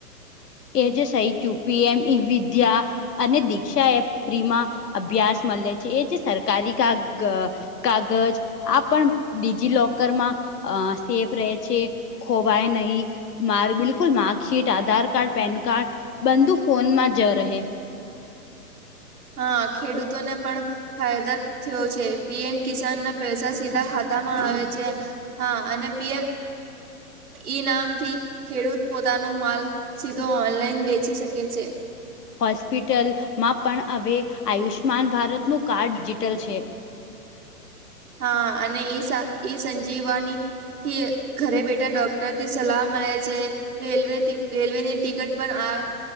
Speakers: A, on the left; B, on the right.
A: એ જે સઈ ક્યુ પી એમ ઈ વિદ્યા- - અને દીક્ષા એપ ફ્રીમાં અભ્યાસ મળે છે એ જે સરકારી ક- - કાગજ આ પણ ડિજીિલોકર માં આ સેફ રહે છે. ખોવાય નહીં મા બિલકુલ marksheet Aadhaar card- - PAN card બંધુ ફોનમાં જ રહે- -
B: હા ખેડૂતોને પણ- - ફાયદા થયો છે પીએમ કિસાન ના પૈસા સીધા ખાતા માં આવે છે. હા અને પીએમ ઈ નામથી- - ખેડૂત પોતાનો માલ સીધો ઓનલાઈન વેચી શકે છે.
A: હોસ્પિટલમાં પણ હવે આયુષ્માન ભારતનુંું કાર્ડ ડિજિટલ છે.
B: હા અને ઈ સંજીવવાની- - થી ઘરે બેઠા ડોક્ટર થી સલાહ મળે છે. રેલવેથી રેલવેની ટિકિટ પણ આ